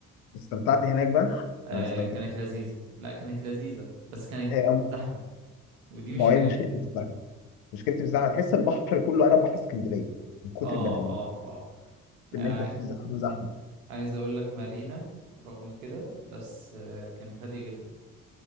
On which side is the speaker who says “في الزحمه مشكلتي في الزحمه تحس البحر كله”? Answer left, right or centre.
Left